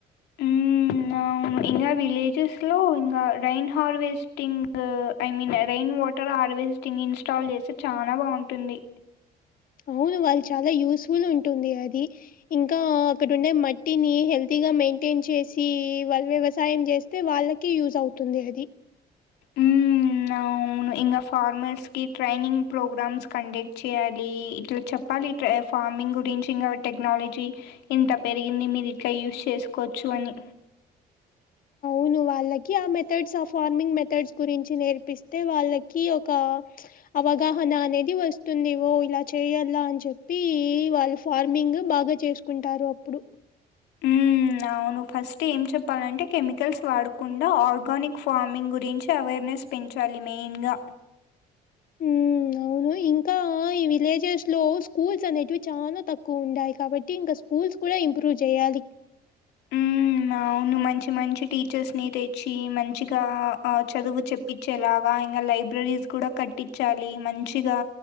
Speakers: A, on the left; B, on the left.
A: ఉమ్ అవును ఇంకా విలేజెస్ లో ఇంకా rain harvesting I mean rain న్ వాటర్ హార్వెస్టింగ్ ఇన్స్టాల్ చేస్తే చాలా బాగుంటుంది
B: అవును వాళ్ళు చాలా యూస్ఫుల్ ఉంటుంది అది ఇంకా అక్కడుండే మట్టిని హెల్తీ గా మెయింటైన్ చేసి వాళ్ళు వ్యవసాయం చేస్తే వాళ్ళకే యూజ్ అవుతుంది అది
A: ఉమ్ ఉ అవును ఇంకా ఫార్మర్స్ కి ట్రైనింగ్ ప్రోగ్రామ్స్ కండక్ట్ చేయాలి ఇట్లా చెప్ప ప్పాలి ట్రై ఫార్మింగ్ గురించి ఇంకా టెక్నాలజీ ఇంత పెరిగింది మీరు ఇట్లా యూస్ చేసుకోవచ్చు అని
B: అవును వాళ్ళకి ఆ మెథడ్స్ ఆ ఫార్మింగ్ మెథడ్స్ గురించి నేర్పిస్తే వాళ్ళకి ఒక అవగాహన అనేది వస్తుందివో ఇలా చేయాల అని చెప్పి వాళ్ళ ఫార్మింగ్ బాగా గా చేసుకుంటారు అప్పుడు
A: ఉమ్ అవును ఫస్ట్ ఏం చెప్పాలంటే కెమికల్స్ వాడకుండా ఆర్గానిక్ ఫార్మింగ్ గురించి అవేర్ నెస్ పెంచాలి మెయిన్ గా
B: మ్ అవును ఇంకా ఈ విలేజెస్ లో స్కూల్స్ అనేవి చాలా తక్కువ ఉండాయి కాబట్టి ఇంకా స్కూల్స్ కూడా ఇంప్రూవ్ చేయ్యాలి అలిక్
A: ఉ అవును మంచి మంచి టీచర్స్ ని తెచ్చి మంచి ఆ చదువు చెప్పి చేలాగా ఇంకా లైబ్రరీస్ కూడా కట్టిచ్చాలి మంచిగా